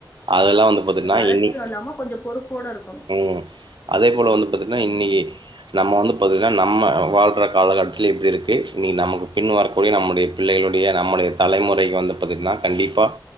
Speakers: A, on the right; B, on the left.
A: அதல்லா வந்து பாத்தீங்கன்னா
B: அந்த அலட்சியம்
A: இனி
B: இல்லாம கொஞ்சம் பொறுப்போட இருக்கணும்.
A: ம் அதே போல வந்து பாத்தீங்கன்னா இன்னிக்கு நம்ம வந்து பாத்தீங்ன்னா நம்ம வாழ்ற காலகட்டத்ல இப்டி இருக்கு இன்னிக் நமக்கு பின் வரக்கூடிய நம்முடைய பிள்ளைகளுடைய நம்முடைய தலைமுறைக்கு வந்து பாத்தீங்ன்னா கண்டிப்பா